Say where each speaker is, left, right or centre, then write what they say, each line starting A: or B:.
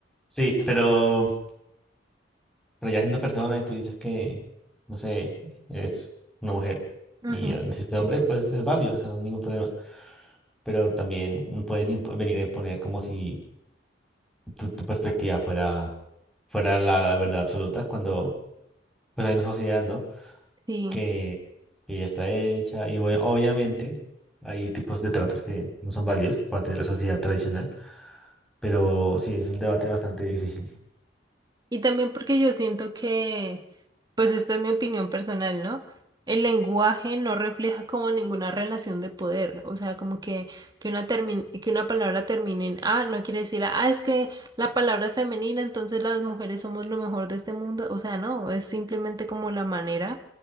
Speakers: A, in the centre; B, on the right (about 20°).
A: Sí, pero, pero ya siendo persona y tú dices que, no sé, eres una mujer
B: Ujú,
A: y ya naciste hombre, pues es válido, o sea, no hay ningún problema. Pero también no puedes impo- venir a imponer como si tu, tu perspectiva fuera, fuera la verdad absoluta cuando, pues hay una sociedad, ¿no?
B: Sí.
A: que, que ya está hecha y obvia- obviamente hay tipos de tratos que no son válidos por parte de la sociedad tradicional, pero sí, es un debate bastante difícil.
B: Y también porque yo siento que, pues esta es mi opinión personal, ¿no? El lenguaje no refleja como ninguna relación de poder, o sea, como que, que una termin- que una palabra termine en ah, no quiere decir ah, es que la palabra es femenina, entonces las mujeres somos lo mejor de este mundo, o sea, no, es simplemente como la manera